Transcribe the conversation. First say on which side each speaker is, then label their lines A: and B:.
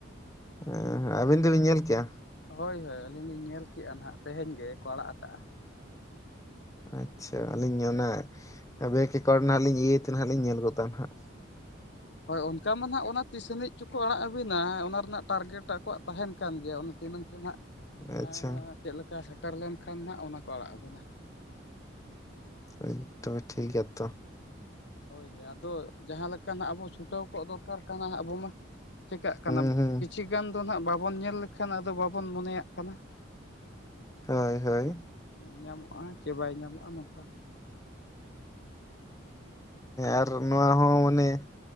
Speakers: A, on the left (about 15°); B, on the left (about 60°).
A: ᱦᱮᱸ ᱦᱮᱸ ᱟᱹᱵᱤᱱ ᱫᱚᱵᱤᱱ ᱧᱮᱞ ᱠᱮᱜᱼᱟ?
B: ᱦᱳᱭ ᱦᱳᱭ ᱟᱹᱞᱤᱧ ᱞᱤᱧ ᱧᱮᱞ ᱠᱮᱜ-ᱟ ᱱᱷᱟᱜ ᱛᱮᱦᱮᱧ ᱜᱮ ᱠᱚ ᱟᱲᱟᱜ ᱠᱟᱜ-ᱟ᱾
A: ᱟᱪ-ᱪᱷᱟ ᱟᱹᱞᱤᱧ ᱚᱱᱟ ᱵᱮᱠ ᱮᱠᱟᱣᱩᱱᱴ ᱨᱮᱱᱟᱜ ᱞᱤᱧ ᱤᱭᱟᱹᱭ ᱛᱮ ᱱᱷᱟᱜ ᱞᱤᱧ ᱧᱮᱞ ᱜᱚᱫᱟ ᱱᱷᱟᱜ᱾
B: ᱦᱳᱭ ᱚᱱᱠᱟ ᱢᱟ ᱱᱷᱟᱜ ᱚᱱᱟ ᱛᱤᱥ ᱟᱹᱱᱤᱡ ᱪᱚᱠᱚ ᱟᱲᱟᱜ ᱟᱵᱤᱱᱟ ᱚᱱᱟ ᱨᱮᱱᱟᱜ ᱴᱟᱨᱜᱮᱴ ᱟᱠᱚᱣᱟᱜ ᱛᱟᱦᱮᱱ ᱠᱟᱱ ᱜᱮᱭᱟ᱾ ᱛᱤᱱᱟᱹᱝ ᱪᱚ ᱱᱷᱟᱜ
A: ᱟᱪᱪᱷᱟ
B: ᱮᱸ ᱪᱮᱜ ᱞᱮᱠᱟ ᱥᱮᱴᱮᱨ ᱞᱮᱱᱠᱷᱟᱱ ᱱᱷᱟᱜ ᱚᱱᱟ ᱠᱚ ᱟᱲᱟᱜ ᱟᱵᱮᱱᱟ᱾
A: ᱦᱳᱭ ᱛᱚᱵᱮ ᱴᱷᱤᱠ ᱜᱮᱭᱟ ᱛᱚ᱾
B: ᱦᱳᱭ ᱦᱳᱭ ᱟᱫᱚ ᱡᱟᱸᱦᱟ ᱞᱮᱠᱟ ᱱᱟᱜ ᱟᱵᱚ ᱪᱷᱩᱴᱟᱹᱣ ᱠᱚᱜ ᱫᱚᱨᱠᱟᱨ ᱠᱟᱱᱟ ᱦᱟᱸᱜ ᱟᱵᱚ ᱢᱟ᱾ ᱪᱮᱠᱟᱜ ᱠᱟᱱᱟ
A: ᱦᱩᱸ ᱦᱩᱸ
B: ᱠᱤᱪᱷᱤ ᱜᱟᱱ ᱫᱚ ᱱᱷᱟᱜ ᱵᱟᱵᱚᱱ ᱧᱮᱞ ᱞᱮᱠᱷᱟᱱ ᱟᱫᱚ ᱵᱟᱵᱚᱱ ᱢᱚᱱᱮᱭᱟᱜ ᱠᱟᱱᱟ᱾
A: ᱦᱳᱭ ᱦᱳᱭ᱾
B: ᱧᱟᱢᱚᱜ-ᱟ ᱪᱮ ᱵᱟᱭ ᱧᱟᱢᱚᱜ-ᱟ ᱱᱚᱠᱟ ᱦᱚᱸ᱾
A: ᱟᱨ ᱱᱚᱣᱟ ᱦᱚᱸ ᱩᱱᱤ᱾